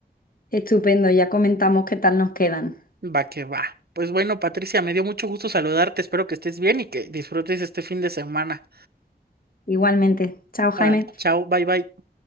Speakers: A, on the left; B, on the right.
A: <laughs> Estupendo, ya comentamos qué tal nos quedan.
B: Va que va. Pues bueno, Patricia, me dio mucho gusto saludarte. Espero que estés bien y que disfrutes este fin de semana.
A: Igualmente. Chao, Jaime.
B: Ahora, chao, bye bye.